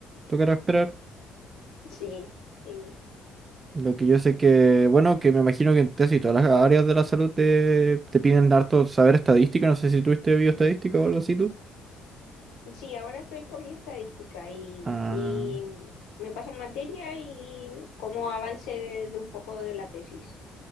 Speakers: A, on the right; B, on the left.
A: tocará esperar.
B: Sí, sí.
A: Lo que yo sé que, bueno, que me imagino que en casi todas las áreas de la salud te, te piden harto saber estadística. No sé si tuviste bioestadística o algo así tú.
B: Sí, ahora estoy con mi estadística y,
A: Ah.
B: y me pasan materia y como avance de, de un poco de la tesis.